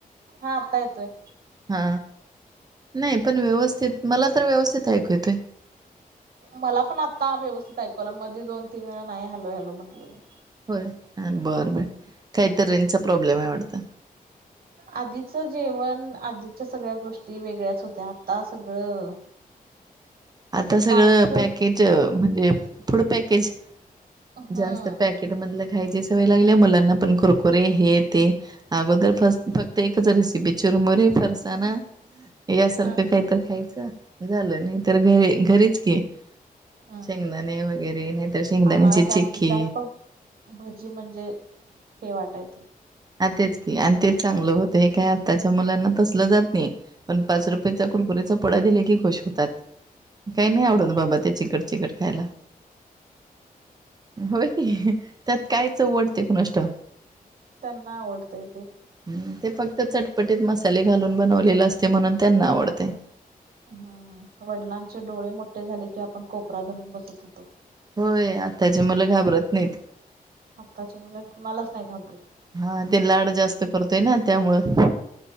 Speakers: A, on the right (about 85°); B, on the right (about 25°).
A: हा आत्तायतय.
B: हा नाही पण व्यवस्थित मला तर व्यवस्थित ऐकू येतंय.
A: मला पण आत्ता व्यस्थित ऐकूयला मध्येी दोन तीन वेळा नाही हॅलो हॅलो म्हटलं मी
B: होय बरं बर
A: हम्म.
B: काहीतरीेंचा प्रॉब्लेम आहे आटडत.
A: आधीचं जेवण आधीच्या सगळ्या गोष्टी वेगळ्याच होत्या आता सगळं.
B: आता सगळं
A: फास्ट फूड
B: पॅकेज म्हणजे फड पॅकेज
A: हम्म.
B: जास्त पॅकेटमधलं खायची सवय लागली मुलांना पण कुरकुरे हे ते. अगोदर फस फक्त एकच रेसिपी चुरमुरी फरसाणा यासारखं
A: हम्म.
B: काय? तर खायचं झालं नाही तर घरी घरीच क
A: हम्म
B: शेंगदाणे वगैरे नाहीतर शेंगदाणीची
A: आम्हाला
B: चिक्की
A: जास्तीत जास्त भजी म्हणजे हे वाटायचं.
B: ह तेच की आणि तेच चांगलं होतं हे काय आत्ताच्या मुलांना तसलं जात नाही. पण पाच रुपयेचा कुरकुरी्याचा पडा दिले की खुश होतात काही
A: हम्म
B: नाही आवडत बाबा ते चिकट चिकट खयला होय त्यात काय चवटते क नष्ट.
A: त्यांना आवडता य तेे
B: ह ते फक्त चटपटीत मसाले घालून बनवलेले असते म्हणून त्यांना आवडते.
A: हम्म वडिलांचे डोळे मोठे झाले की आपण कोपरा धरून बसत होतो.
B: होय आत्ताचे मुलं घाबरत नाहीत.
A: आत्ताचे मुलं कुणालाच नाही घाबरत.
B: हा ते लाड जास्त करतोय ना त्यामुळं